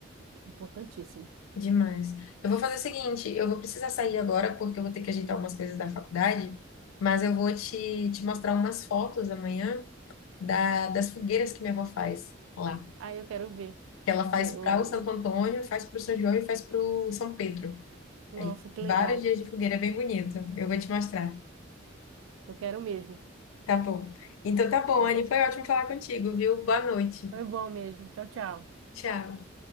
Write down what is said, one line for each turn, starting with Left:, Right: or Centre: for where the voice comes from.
Right: é importantíssimo.
Left: Demais. Eu vou fazer o seguinte, eu vou precisar sair agora porque eu vou ter que ajeitar umas coisas da faculdade, mas eu vou te, te mostrar umas fotos amanhã da, das fogueiras que minha avó faz lá.
Right: Ah, eu quero ver
Left: Que ela faz
Right: que eu
Left: para
Right: vou-
Left: o Santo Antônio, faz para o São João e faz para o São Pedro.
Right: Nossa,
Left: Aí,
Right: que legal.
Left: vários dias de fogueira, é bem bonito. Eu vou te mostrar.
Right: Eu quero mesmo.
Left: Tá bom. Então tá bom,
Right: Tchau-
Left: Anne, foi ótimo falar contigo, viu? Boa noite.
Right: Foi bom mesmo. Tchau, tchau.
Left: Tchau.